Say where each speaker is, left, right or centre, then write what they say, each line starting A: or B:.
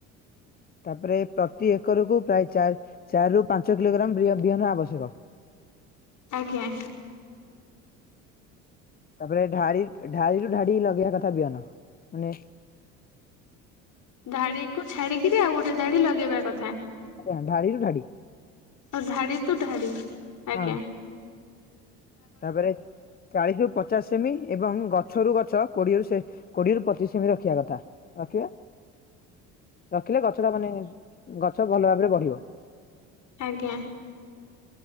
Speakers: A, on the left (about 25°); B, on the left (about 55°).
A: ତାପରେ ପ୍ରତି ଏକରକୁୁ ପ୍ରାୟ ଚାରି ରୁ ପାଞ୍ଚ କିଲୋଗ୍ରାମ ବିହନ ଆବଶ୍ୟକ।
B: ଆଜ୍ଞା।
A: ତାପରେ ଢାଳିକି ଢାଡି ଢାଡି ଲଗେଇବା କଥା ବିିଅନ ମାନେ
B: ଧାଡ଼ିକୁୁ ଛାଡ଼ି କିରି ଆଉ ଗୋଟେ ଧାଡ଼ି ଲଗେଇବା କଥା।
A: ଆଜ୍ଞା ଢାଡ଼ିରୁ ଢାଡ଼ି।
B: ଆଉ ଧାଡ଼ି ଟୁ ଧାଡ଼ି ଆଜ୍ଞା।
A: ହଁ ତାପରେ ଚାଳିଶ ରୁ ପଚାଶ ସେମି ଏବଂ ଗଛରୁୁ ଗଛ କୋଡ଼ିଏରୁ ସେ କୋଡ଼ିଏରୁ ପଚିଶ ସେମି ରଖିବା କଥା ରଖିବେ। ରଖିଲେ ଗଛ ଟା ମାନେ ଗଛ ଭଲ ଭାବରେ ବଢ଼ିବ।
B: ଆଜ୍ଞା।